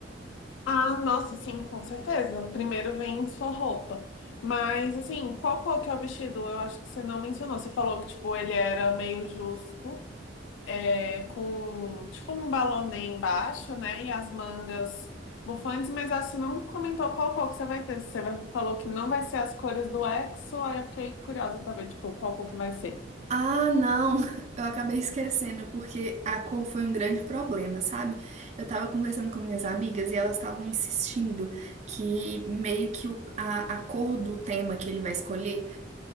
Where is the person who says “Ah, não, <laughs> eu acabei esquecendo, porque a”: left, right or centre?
Right